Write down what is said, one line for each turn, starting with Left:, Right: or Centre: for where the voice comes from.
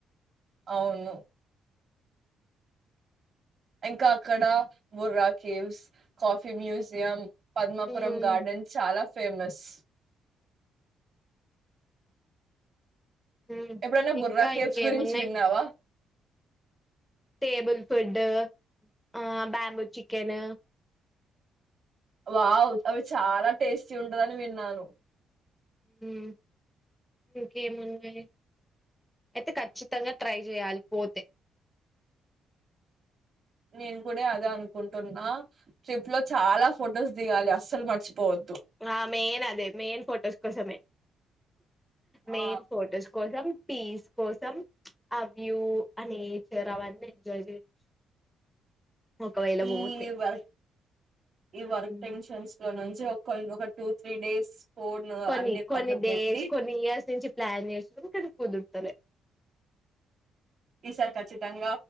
Right: అవును ఇంకా అక్కడ Borra caves coffee museum Padmapuram
Centre: ఉమ్,
Right: గార్డెన్స్ చాలా ఫేమస్
Centre: మ్మ్
Right: ఎప్పుడైనా బుర్రా
Centre: ఇంకా
Right: కేవ్స్
Centre: ఇంకేమున్నాయి
Right: గురించి విన్నావా
Centre: టేబుల్ ఫుడ్ డు ఆ బాంబు చికెన్
Right: వావ్ అవి చాలా టేస్టీ ఉంటదని విన్నాను
Centre: మ్మ్ ఇంకేమన్నాయి అయితే ఖచ్చితంగా ట్రై చెయాలి పోతే
Right: నేను కూడా అదే అనుకుంటున్నా ట్రిప్ లో చాలా ఫొటోస్ దిగాలి అస్సలు మర్చిపోవద్
Centre: ఆ మెయిన్ అదే మెయిన్ ఫోటోస్ కోసమే మెయిన్
Right: ఆ
Centre: ఫొటోస్ కోసం పీస్ కోసం ఆ వ్యూ అనేచర్ అవన్నీ ఎంజాయ్ చేయచ్చు ఒకవేళ
Right: ఈ
Centre: పోతే
Right: వర్ ఈ వర్క్
Centre: ఉమ్.
Right: టెన్షన్స్ లో నుంచ్ జో కొన్ ఒక టూ త్రీ డేస్ ఫోన్
Centre: కొన్ని
Right: అన్ని
Centre: కొన్ని
Right: పక్కకు
Centre: డేస్
Right: పెట్టి
Centre: కొన్ని ఇయర్స్ నుంచి ప్లాన్ చేసి <inaudible> కానీ కుదుర్తలే
Right: సారి ఖచ్చితంగా